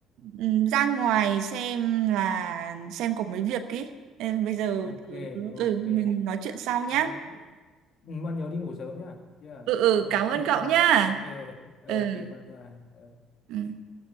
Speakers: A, on the right; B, on the left.
A: ừ, ra ngoài xem là xem có mấy việc ý Nên bây giờ
B: ok
A: tớ- ừ
B: ok
A: mình nói chuyện sau nhá
B: ờ, mà nhớ đi ngủ sớm nhá yeah.
A: ừ ừ
B: không
A: cảm
B: được
A: ơn
B: muộn
A: cậu
B: đâu đấy
A: nhá
B: ok ok
A: ừ
B: bye bye Ờ.
A: ừ